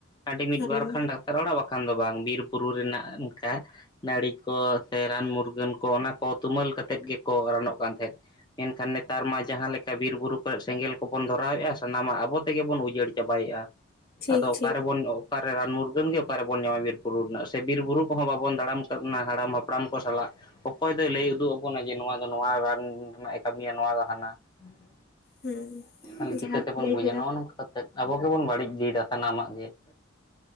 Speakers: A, on the left (about 20°); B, on the left (about 50°).
A: ᱟᱹᱰᱤ ᱢᱤᱫ
B: ᱦᱮᱸ
A: ᱵᱟᱨ ᱠᱷᱟᱱᱰᱟᱵ ᱟᱨᱚᱲᱟ ᱵᱟᱠᱷᱟᱱ ᱫᱚ ᱵᱟᱝ ᱵᱤᱨ ᱵᱩᱨᱩ ᱨᱮᱱᱟᱜ ᱱᱩᱝᱠᱟ ᱱᱟᱹᱲᱤ ᱠᱚ ᱥᱮ ᱨᱟᱱ ᱢᱩᱨᱜᱟᱹᱱ ᱠᱚ ᱚᱱᱟ ᱠᱚ ᱛᱩᱢᱳᱹᱞ ᱠᱟᱛᱮᱫ ᱜᱮᱠᱚ ᱨᱟᱱᱚᱜ ᱠᱟᱱ ᱛᱟᱦᱮᱸᱫ ᱮᱱᱠᱷᱟᱱ ᱱᱮᱛᱟᱨ ᱢᱟ ᱡᱟᱦᱟᱸ ᱞᱮᱠᱟ ᱵᱤᱨ ᱵᱩᱨᱩ ᱥᱮᱸᱜᱮᱞ ᱠᱚᱵᱚᱱ ᱫᱷᱚᱨᱟᱣᱮᱜᱼᱟ ᱥᱟᱱᱟᱢᱟᱜ ᱟᱵᱚ ᱛᱮᱜᱮ ᱵᱚᱱ ᱩᱡᱟᱹᱲ ᱪᱟᱵᱟᱭᱮᱜᱼᱟ
B: ᱴᱷᱤᱠ
A: ᱾ᱟᱫᱚ
B: ᱴᱷᱤᱠ
A: ᱚᱠᱟᱨᱮᱵᱚᱱ ᱚᱠᱟᱨᱮ ᱨᱟᱱ ᱢᱩᱨᱜᱟᱹᱱ ᱜᱮ ᱚᱠᱟᱨᱮᱵᱚᱱ ᱧᱟᱢᱟ ᱵᱤᱨ ᱵᱩᱨᱩ ᱨᱮᱱᱟᱜ ᱥᱮ ᱵᱤᱨ ᱵᱩᱨᱩ ᱠᱚᱦᱚᱸ ᱵᱟᱵᱚᱱ ᱫᱟᱲᱟᱢ ᱠᱟᱦᱱᱟ ᱦᱟᱲᱟᱢ ᱦᱟᱯᱲᱟᱢ ᱠᱚ ᱥᱟᱞᱟᱜ ᱾ ᱚᱠᱚᱭ ᱫᱚᱭ ᱞᱟᱹᱭ ᱩᱫᱩᱜ ᱟᱵᱚᱱᱟ ᱡᱮ ᱱᱚᱣᱟ ᱫᱚ ᱱᱚᱣᱟ ᱨᱟᱱ ᱨᱮᱱᱟᱜ ᱮ ᱠᱟᱹᱢᱤᱭᱟ ᱱᱚᱣᱟ ᱫᱚ ᱦᱟᱱᱟ ᱾
B: ᱦᱩᱸ
A: <unintelligible> ᱪᱤᱠᱟᱹᱛᱮᱵᱚᱱ
B: ᱡᱟᱦᱟᱸᱢ ᱞᱟᱹᱭ
A: ᱵᱩᱡᱟ
B: ᱠᱮᱫᱟ
A: ᱱᱚᱜᱼᱚ ᱱᱚᱝᱠᱟ ᱠᱟᱛᱮ ᱟᱵᱚ ᱜᱮᱵᱚᱱ ᱵᱟᱹᱲᱤᱡ ᱤᱫᱤᱭᱮᱫᱟ ᱥᱟᱱᱟᱢᱟᱜ ᱜᱮ ᱾